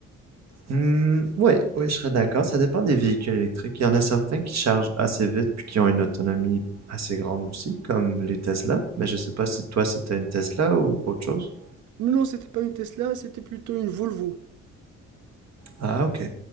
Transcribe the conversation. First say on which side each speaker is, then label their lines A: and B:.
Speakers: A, on the right; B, on the right.
A: Hmm, oui, oui, je serais d'accord. Ça dépend des véhicules électriques. Il y en a certains qui chargent assez vite puis qui ont une autonomie assez grande aussi, comme les Tesla. Mais je sais pas si toi c'était une Tesla ou autre chose.
B: Non, non, c'était pas une Tesla, c'était plutôt une Volvo.
A: Ah ok,